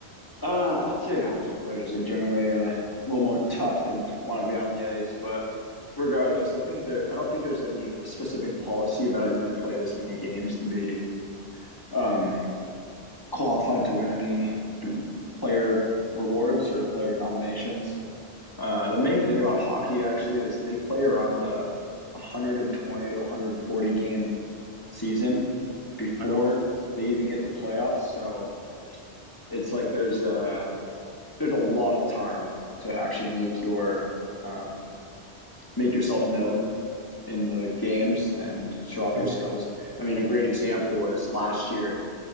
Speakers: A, on the left; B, on the right.
A: Uh, I'd say hockey players are generally uh, a little more tough and want to be on the ice, but regardless, I think there. I don't think there's any specific policy about you need to play this many games to be um, qualified to win any player rewards or player nominations. Uh,
B: Yeah,
A: the main thing about hockey actually is they play around a 120 to 140 game season before
B: Wow.
A: they even get to playoffs. So it's like there's a there's a lot of time to actually make your um, make yourself known in the games and show off
B: yeah,
A: your skills. I mean, a great example is last year,